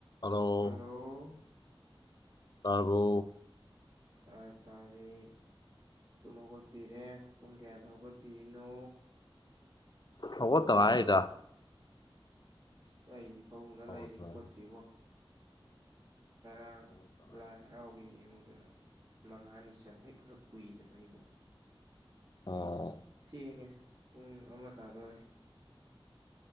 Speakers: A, on the left; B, on the right.
A: ꯑꯣ
B: ꯍꯜꯂꯣ
A: ꯇꯔꯕꯣ
B: ꯇꯔꯛ ꯇꯔꯤꯦꯠ ꯇꯝ ꯍꯧꯒꯠꯄꯤꯔꯦ ꯄꯨꯡ ꯀꯌꯥꯗ ꯍꯧꯒꯠꯄꯤꯔꯤꯅꯣ
A: ꯍ ꯇꯥꯏꯗꯗ
B: ꯑꯁ ꯑꯩꯗꯤ ꯐꯥꯃꯨꯡꯗ
A: ꯍꯧꯒꯠꯄ
B: ꯂꯩꯔꯤ ꯍꯧꯒꯠꯇ꯭ꯔꯤꯕꯣ ꯉꯔꯥꯡ
A: ꯍꯧꯒꯠꯇ ꯉꯥꯏꯔꯤ
B: ꯂꯥꯏ ꯍꯔꯥꯎꯕ ꯌꯦꯡꯉꯨꯗꯅ ꯃꯉꯥꯅꯤ ꯆꯟꯕꯩ ꯈꯔ ꯀꯨꯏꯗꯅ ꯑꯩꯕꯨꯣ
A: ꯑꯣ
B: ꯊꯦꯡꯉꯦ ꯄꯨꯡ ꯑꯃ ꯇꯥꯗꯣꯔꯦ